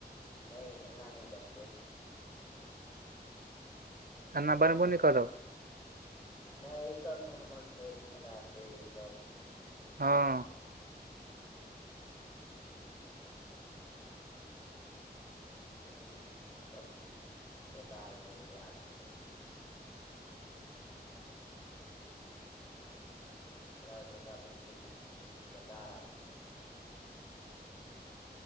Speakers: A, on the left; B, on the right.
A: नैय एना नहि बनबे।
B: अना बनबौ नैय करब
A: नहि एहि सभमे हमर सोच नहि आत से ई सब
B: हँ
A: एहन ई सब बेकार भऽ गेलै आदमीसभ। एकरा सब जेंका बैन क की करबै बेकार आदमी सब छै।